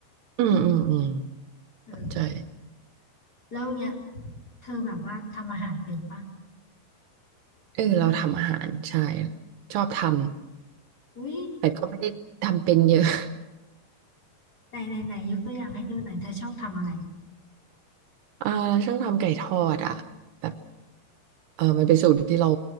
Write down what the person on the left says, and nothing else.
เออ
แล้วเนี่ยเธอแบบว่าทำอาหารเป็นปะ
อุ้ย
ไหนไหนไหนยกตัวอย่างให้ดูหน่อยเธอชอบทำอะไร